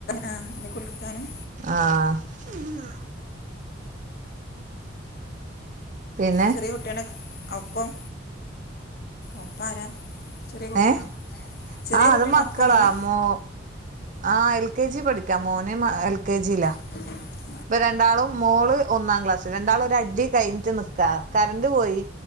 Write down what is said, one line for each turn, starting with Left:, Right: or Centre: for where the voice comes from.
Left: ആഹ് ഇനി കുളിക്കാനും
Right: ആഹ് ഉമ്മാ പിന്നെ
Left: ചെറിയ കുട്ടിയാണ് ഒപ്പം ഒപ്പം ആരാ ചെറിയ കുട്ടിയാണോ
Right: ഏഹ്
Left: ചെറിയ
Right: ആഹ് അത്
Left: കുട്ടിയാണോ
Right: മക്കളാ
Left: ഒപ്പം ഉള്ളത്
Right: മോ ആഹ് എൽ കെ ജി പഠിക്കാ മോനെ എൽ കെ ജിയിലാ
Left: <inaudible>
Right: ഇപ്പൊ രണ്ടാളും മോള് ഒന്നാം ക്ലാസ് രണ്ടാളും ഒരു അടി കഴിഞ്ഞിട്ട് നിക്കാ കറണ്ട് പോയി